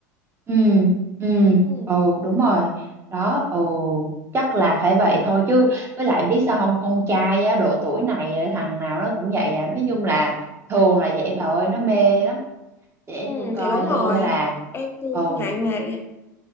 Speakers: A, on the right; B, on the left.
A: ừ ừ
B: ừ,
A: ồ đúng rồi đó ồ chắc là phải vậy thôi chứ với lại biết sao không con trai á độ tuổi này á, thằng nào nó cũng vậy à nói chung là thường là vậy bà ơi nó mê lắm để
B: ừ
A: tôi coi
B: thì đúng
A: thử
B: rồi
A: hay là
B: em tôi
A: ồ
B: cũng ngại mà